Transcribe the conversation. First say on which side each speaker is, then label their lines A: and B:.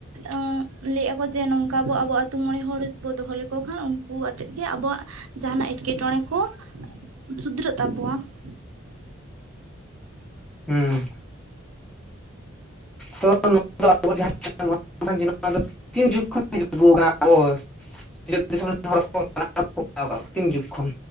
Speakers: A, on the right; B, in the centre.
A: ᱟᱸ ᱞᱟᱹᱭᱮᱜ ᱟᱠᱚ ᱡᱮ ᱱᱚᱝᱠᱟ ᱵᱚ ᱟᱵᱚ ᱟᱛᱳ ᱢᱚᱬᱮ ᱦᱚᱲ ᱵᱚ ᱫᱚᱦᱚ ᱞᱮᱠᱚ ᱠᱷᱟᱱ ᱩᱱᱠᱩ ᱟᱛᱮᱫ ᱜᱮ ᱟᱵᱚᱣᱟᱜ ᱡᱟᱦᱟᱱᱟᱜ ᱮᱴᱠᱮᱴᱚᱸᱬᱮ ᱠᱚ ᱥᱩᱫᱷᱨᱟᱹᱜ ᱛᱟᱵᱚᱣᱟ ᱾
B: ᱦᱩᱸ ᱾ ᱛᱚ ᱱᱩᱠᱩ ᱫᱚ ᱟᱠᱚ ᱡᱟᱦᱟᱸ <unintelligible> <inaudible> ᱱᱚᱣᱟ ᱫᱚ ᱛᱤᱱ ᱡᱩᱜᱽ ᱠᱷᱚᱱ <inaudible> ᱟᱹᱜᱩ ᱟᱠᱟᱱᱟ ᱦᱳᱭ ᱾ ᱥᱤᱭᱟᱹᱛ ᱫᱤᱥᱚᱢ ᱨᱮᱱ ᱦᱚᱲ ᱠᱚ <unintelligible> ᱦᱟᱛᱟᱣ ᱠᱟᱜ ᱠᱚ ᱛᱤᱱ ᱡᱩᱜᱽ ᱠᱷᱚᱱ?